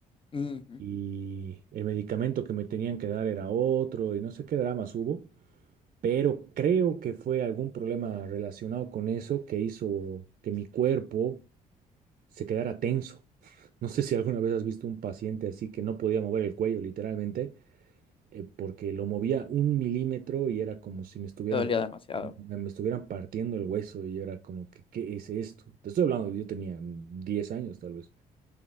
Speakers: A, on the left (about 25°); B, on the right (about 45°).
A: Ujú.
B: y el medicamento que me tenían que dar era otro y no sé qué dramas hubo pero creo que fue algún problema relacionado con eso que hizo que mi cuerpo se quedara tenso. <laughs> No sé si alguna vez has visto un paciente así que no podía mover el cuello literalmente, eh, porque lo movía un milímetro y era como si me estuvieran,
A: Te dolía demasiado.
B: me me estuvieran partiendo el hueso y era como que, ¿qué es esto? Te estoy hablando, yo tenía 10 años tal vez.